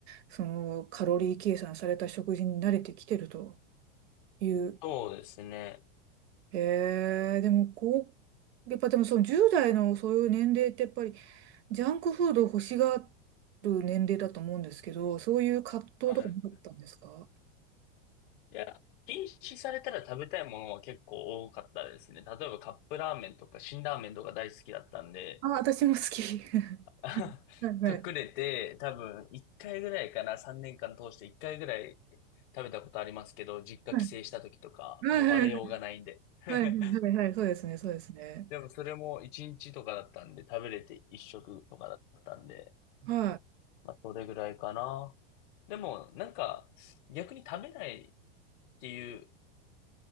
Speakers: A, on the right; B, on the left.
A: そのカロリー計算された食事に慣れてきてるという。
B: そうですね。
A: えー、でもこう、やっぱでもその10代のそういう年齢ってやっぱりジャンクフードを欲しがる年齢だと思うんですけど、そういう葛藤とかもあったんですか
B: はい。いや、禁止されたら食べたいものは結構多かったですね。例えばカップラーメンとか辛ラーメンとか大好きだったんで、
A: あ、私も好き。<laughs>
B: <laughs>
A: はいはい。
B: 隠れて多分1回ぐらいかな、3年間通して1回ぐらい食べたことありますけど、実家帰省した時とか、
A: はいはい
B: もうバレようがないんで。<laughs>
A: はいはいはいはいはいそうですねそうですね。
B: でもそれも1日とかだったんで、食べれて1食とかだったんで、
A: は
B: まあそれぐらいかな。でもなんか逆に食べないっていう